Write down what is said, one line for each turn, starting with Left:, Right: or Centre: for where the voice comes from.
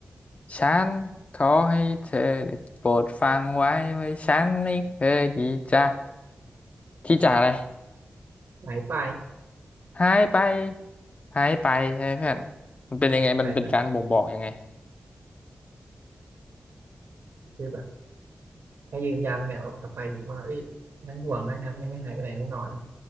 Left: ฉันขอให้เธอได้โปรดฟังไว้ว่าฉันไม่เคยที่จะที่จะอะไร
Right: หายไป
Left: หายไปหายไปใช่ไหมเพื่อนมันเป็นยังไงมันเป็นการบ่งบอกยังไง
Right: ใช่แบบคือแบบให้ยืนยันเนี่ยอกลับไปอยู่ว่าเอ้ยยังห่วงนะครับยังไม่หายไปไหนแน่นอน